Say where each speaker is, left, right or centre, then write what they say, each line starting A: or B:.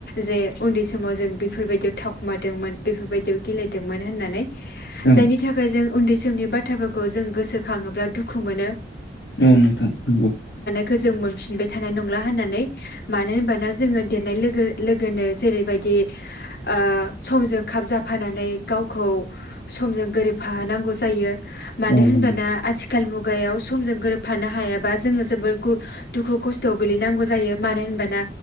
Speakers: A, on the left; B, on the left.
A: जे उन्दै समाव जों बि बेफोरबायदियाव थाखुमादोंमोन बेफोरबायदियाव गेलेदोंमोन होननानै
B: औ
A: जायनि थाखाय जों उन्दै समनि बाथ्राफोरखौ जों गोसोखांङोब्ला दुखु मोनो‌।
B: औ नोंथां नंगौ
A: खौ जों मोनफिनबाय थानाय नंला होननानै मानो होनबाना जोङो देरनाय लोगो लोगोनो जेरैबायदि आ समजों खाब जाफानानै गावखौ समजों गोरोबफाहोनांगौ जायो मानो
B: औ
A: होनबाना
B: नंगौ
A: आथिख आथिखाल मुगायाव समजों गोरोबफानो हायाबा जोङो जोबोर गु दुखु खस्थ' गोलैनांगौ जायो मानो होनबाना